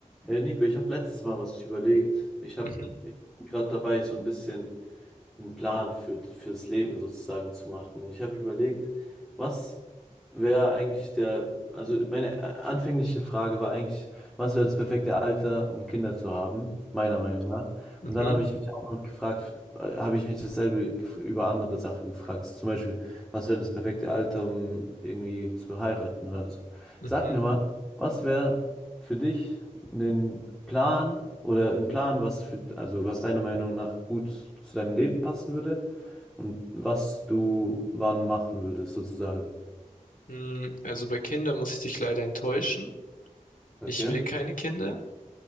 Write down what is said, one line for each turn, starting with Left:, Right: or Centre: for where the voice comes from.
Centre: Hey Nico, ich habe letztens mal was überlegt. Ich habe
Left: Mhm,
Centre: gerade dabei, so ein bisschen einen Plan für, fürs Leben sozusagen zu machen. Ich habe überlegt, was wäre eigentlich der, also meine äh, anfängliche Frage war eigentlich, was wäre das perfekte Alter, um Kinder zu haben, meiner Meinung nach.
Left: mhm,
Centre: Und dann habe ich mich auch noch gefragt, äh, habe ich mich dasselbe gef- über andere Sachen gefragt. Zum Beispiel, was wäre das perfekte Alter, um irgendwie zu heiraten oder so.
Left: mhm.
Centre: Sag mir mal, was wäre für dich einen Plan oder einen Plan, was für, also was deiner Meinung nach gut zu deinem Leben passen würde und was du wann machen würdest, sozusagen.
Left: Mm, Also bei Kindern muss ich dich leider enttäuschen.
Centre: Okay.
Left: Ich will keine Kinder.